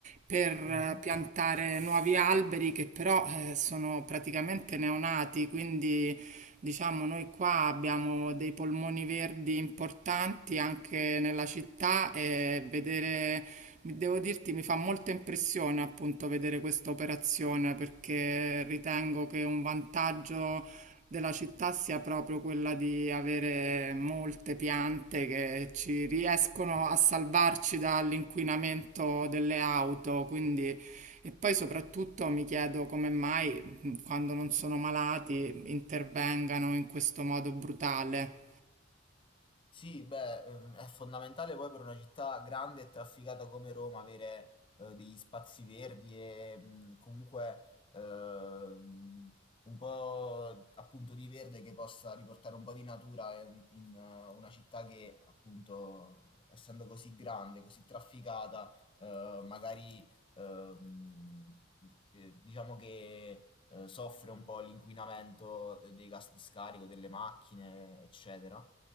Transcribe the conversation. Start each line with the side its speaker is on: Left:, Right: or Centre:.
Right: per eh,
Left: Mhm.
Right: piantare nuovi alberi che però eh, sono praticamente neonati, quindi diciamo noi qua abbiamo dei polmoni verdi importanti anche nella città e vedere, mi- devo dirti, mi fa molta impressione appunto vedere questa operazione perché ritengo che un vantaggio della città sia proprio quella di avere molte piante che ci riescono a salvarci dall'inquinamento delle auto, quindi e poi soprattutto mi chiedo come mai mh, quando non sono malati intervengano in questo modo brutale.
Left: Sì, beh, ehm, è fondamentale poi per una città grande e trafficata come Roma avere eh, degli spazi verdi e mh, comunque ehm, un po' appunto di verde che possa riportare un po' di natura ehm, in, eh, una città che appunto essendo così grande, così trafficata, eh, magari ehm, eh, diciamo che eh, soffre un po' l'inquinamento eh, dei gas di scarico, delle macchine, eccetera.